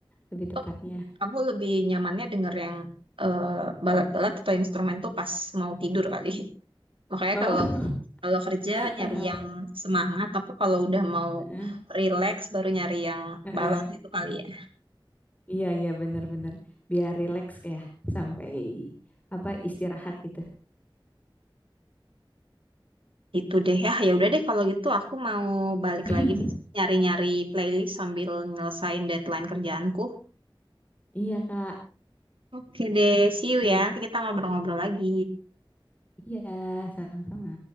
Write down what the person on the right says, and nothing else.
Atau
Aku lebih nyamannya denger yang eh, balat-balat atau instrumen tuh pas mau tidur kali. Makanya
kalau kalau kerja
nyari
yang
semangat, tapi kalau udah mau
relax baru nyari yang
balat itu kali ya.
Itu deh ya. Ya udah deh kalau gitu aku mau balik
lagi nyari-nyari playlist sambil nyelesain deadline kerjaanku.
Oke deh, see you
ya. Nanti
kita ngobrol-ngobrol lagi.